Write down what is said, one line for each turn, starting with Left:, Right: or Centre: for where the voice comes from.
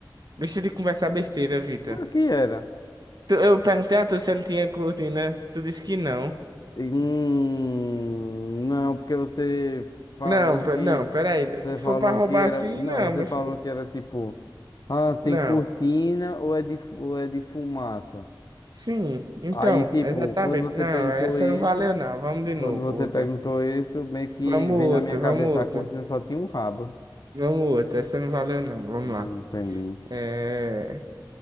Right: Deixa de conversar besteira, Vitor.
Left: Por que era?
Right: Tu- Eu perguntei a tu se ele tinha cortina. Tu disse que não.
Left: Hum, não, porque você falou
Right: Não, pe-
Left: que.
Right: não, peraí.
Left: Você
Right: Se
Left: falou
Right: for pra roubar
Left: que era.
Right: assim,
Left: Não,
Right: não,
Left: você
Right: meu
Left: falou
Right: filho.
Left: que era tipo. Ah, tem
Right: Não.
Left: cortina ou é de, fu- ou é de fumaça?
Right: Sim, então,
Left: Aí, tipo,
Right: exatamente.
Left: quando você
Right: Não,
Left: perguntou
Right: essa
Left: isso,
Right: não valeu, não. Vamos de novo,
Left: quando você
Right: outra.
Left: perguntou isso, meio que
Right: Vamos
Left: vem na
Right: outra,
Left: minha cabeça
Right: vamos outra.
Left: a cortina só tinha um rabo.
Right: Vamos outra. Essa não valeu, não. Vamos
Left: Não
Right: lá.
Left: entendi.
Right: É...